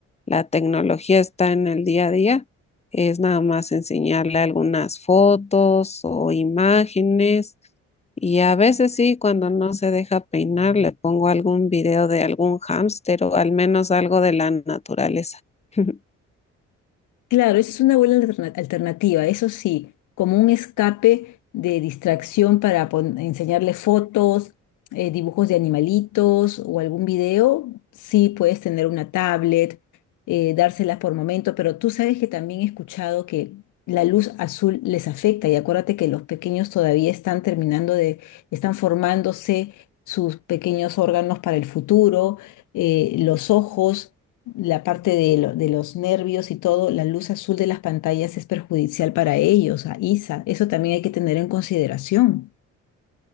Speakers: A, on the left; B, on the left.
A: la tecnología está en el día a día, es nada más enseñarle algunas fotos o imágenes. Y a veces sí, cuando no se deja peinar, le pongo algún video de algún hámster o al menos algo de la naturaleza. <laughs>
B: Claro, esa es una buena alterna- alternativa, eso sí, como un escape de distracción para pon- enseñarle fotos, eh, dibujos de animalitos o algún video, sí puedes tener una tablet, eh, dárselas por momento, pero tú sabes que también he escuchado que la luz azul les afecta y acuérdate que los pequeños todavía están terminando de, están formándose sus pequeños órganos para el futuro, eh, los ojos la parte de, lo- de los nervios y todo, la luz azul de las pantallas es perjudicial para ellos, a Isa. Eso también hay que tener en consideración.